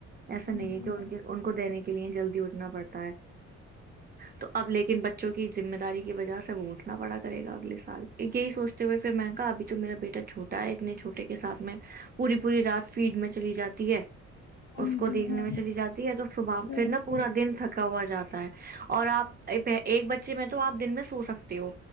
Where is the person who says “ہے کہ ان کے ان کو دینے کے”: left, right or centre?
Right